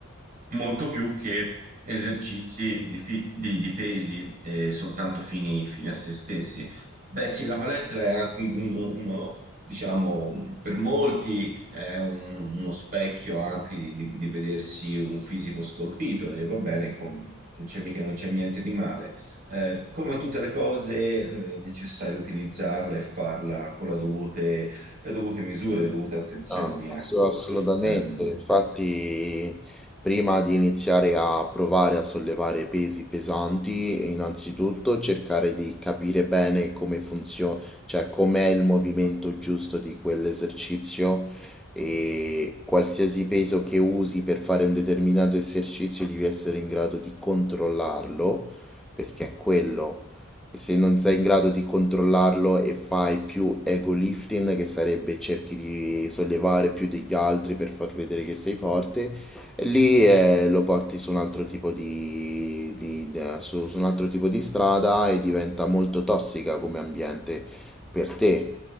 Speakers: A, on the right; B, in the centre.
A: molto più che esercizi di, fi- di- di pesi eh, soltanto fini, fini a se stessi. Beh, sì, la palestra è anche un- uno, uno, diciamo, per molti è un- uno specchio anche di, di- di vedersi un fisico scolpito e va bene, com- non c'è mica non c'è niente di male. Eh, come tutte le cose, eh, è necessario utilizzarla e farla con la dovute, le dovute misure, le dovute attenzioni,
B: Ah,
A: ecco.
B: ass- assolutamente,
A: Ehm,
B: infatti prima di iniziare a provare a sollevare pesi pesanti, innanzitutto cercare di capire bene come funziona, cioè com'è il movimento giusto di quell'esercizio e qualsiasi peso che usi per fare un determinato esercizio devi essere in grado di controllarlo, perché è quello. E se non sei in grado di controllarlo e fai più ego lifting, che sarebbe cerchi di sollevare più degli altri per far vedere che sei forte, lì eh, lo porti su un altro tipo di, di- di- eh, su- su un altro tipo di strada e diventa molto tossica come ambiente per te.